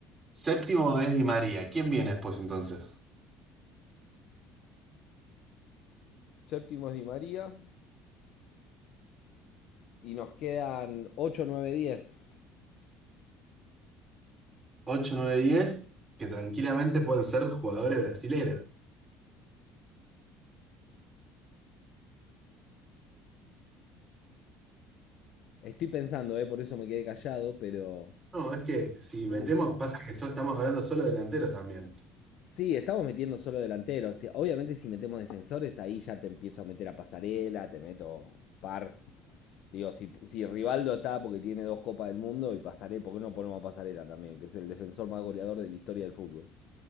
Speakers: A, on the right; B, on the left.
A: séptimo es Di María. ¿Quién viene después entonces?
B: Séptimo es Di María y nos quedan ocho nueve diez
A: ocho nueve diez que tranquilamente pueden ser jugadores brasileros.
B: Estoy pensando, eh, por eso me quedé callado, pero...
A: No, es que si
B: el-
A: metemos, pasa que so- estamos hablando solo de delanteros también.
B: Sí, estamos metiendo solo delanteros. Sí, Obviamente si metemos defensores, ahí ya te empiezo a meter a Pasarela, te meto par. Digo, si, si Rivaldo está porque tiene dos Copas del Mundo y Pasarela, ¿por qué no ponemos a Pasarela también? Que es el defensor más goleador de la historia del fútbol.